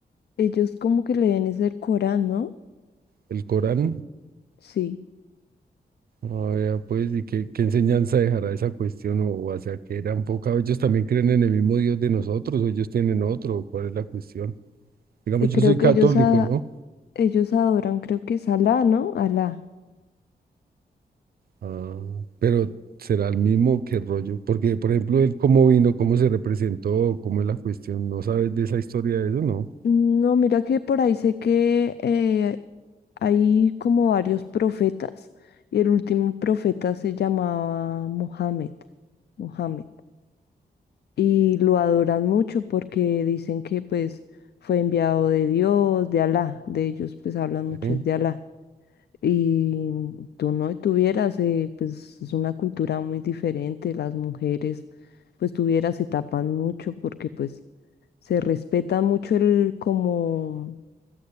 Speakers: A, on the left; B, on the right.
A: Ellos como que leen es el Corán, ¿no?
B: el Corán.
A: Sí.
B: Ah, vea, pues, y qué, qué enseñanza dejará esa cuestión, o, o hacia qué era enfocado. ¿Ellos también creen en el mismo Dios de nosotros, o ellos tienen otro, o cuál es la cuestión? Digamos,
A: Y
B: yo
A: creo
B: soy católico,
A: que ellos, a,
B: ¿no?
A: ellos adoran, creo que es Alá, ¿no? Alá.
B: Ah, pero será el mismo que rollo, porque por ejemplo, él cómo vino, cómo se representó, cómo es la cuestión, no sabes de esa historia de eso, ¿no?
A: No, mira que por ahí sé que eh, Hay como varios profetas y el último profeta se llamaba Mohammed, Mohammed. Y lo adoran mucho porque dicen que pues fue enviado de Dios, de Alá. De ellos pues hablan mucho
B: Sí.
A: es de Alá. Y tú no tuvieras, eh, pues es una cultura muy diferente. Las mujeres pues tuvieras se tapan mucho porque pues se respeta mucho el como